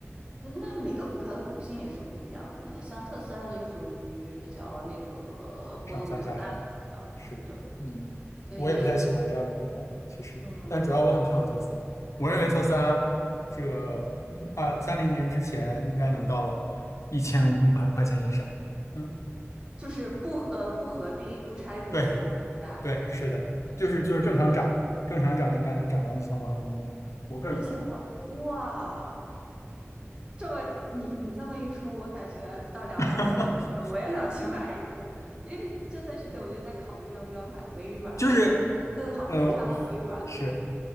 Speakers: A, on the right (about 20°); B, on the left (about 85°).
A: 嗯那每个股票的股性也是不一样的，像特斯拉就属于比较那个波动比较大的股票，
B: 上蹿下跳，是的，
A: 对，
B: 嗯，
A: 所以
B: 我也不太喜欢这样的股票，其实，
A: 嗯，
B: 但主要我很看好特斯拉。我认为特斯拉这个二三零年之前应该能到一千五百块钱以上。嗯，
A: 就是不合呃不合并不拆股的情况下，
B: 对对，是的，就是就是正常涨，正常涨应该能涨到一千五百块钱以上。我个人观点，
A: 一千万哇，这么你你这么一说，我感觉到两百块钱左右的时候，
B: <laughs>
A: 我也想去买一个因为这段时间我就在考虑要不要买微软嘛，
B: 就是
A: 我更好更看好微软。
B: 嗯，呃是。